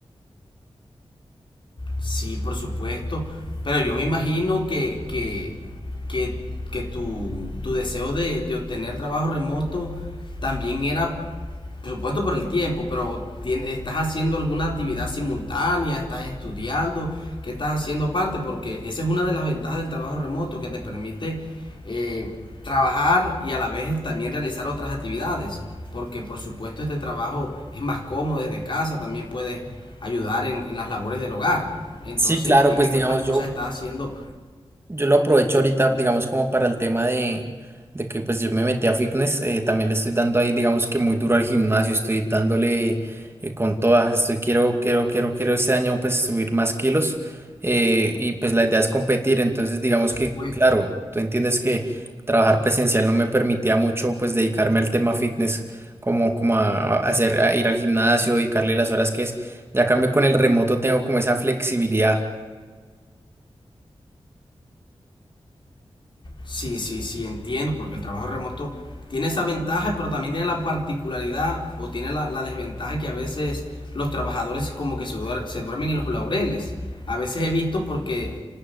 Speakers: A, on the left; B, on the right.
A: Sí, por supuesto. Pero yo me imagino que, que, que, que tu, tu deseo de, de obtener trabajo remoto también era por supuesto por el tiempo, pero estás haciendo alguna actividad simultánea, estás estudiando, ¿qué estás haciendo aparte? Porque esa es una de las ventajas del trabajo remoto que te permite eh, trabajar y a la vez también realizar otras actividades. Porque por supuesto este trabajo es más cómodo desde casa, también puedes ayudar en, en las labores del hogar. Entonces
B: Sí, claro,
A: dime
B: pues
A: qué
B: digamos
A: otras cosas
B: yo,
A: estás haciendo
B: Yo lo aprovecho ahorita, digamos, como para el tema de, de que pues yo me metí a fitness, eh, también le estoy dando ahí, digamos que muy duro al gimnasio, estoy dándole eh, con todas, estoy quiero, quiero, quiero, quiero este año pues subir más kilos eh, y pues la idea es competir, entonces digamos que,
A: pues,
B: claro, tú entiendes que trabajar presencial no me permitía mucho pues dedicarme al tema fitness, como, como a, a hacer, a ir al gimnasio, dedicarle las horas que es, ya cambio con el remoto tengo como esa flexibilidad.
A: Sí, sí, sí, entiendo, porque el trabajo remoto tiene esa ventaja, pero también tiene la particularidad o tiene la, la desventaja que a veces los trabajadores como que se, duer- se duermen en los laureles. A veces he visto porque